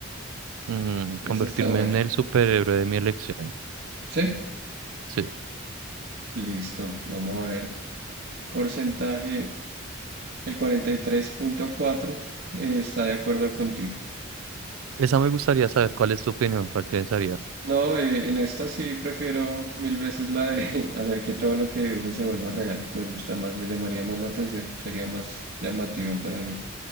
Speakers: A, on the right; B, on the right.
A: Mm,
B: esa
A: convertirme
B: está buena.
A: en el superhéroe de mi elección.
B: ¿Sí?
A: Sí.
B: Listo, vamos a ver porcentaje El 43.4 eh, está de acuerdo contigo.
A: Esa me gustaría saber cuál es tu opinión, cuál pensaría.
B: No, eh, en esta sí prefiero mil veces la de <laughs> hacer que todo lo que dibuje se vuelva real. Me gusta más, me llamaría más la atención, sería más llamativo para mí.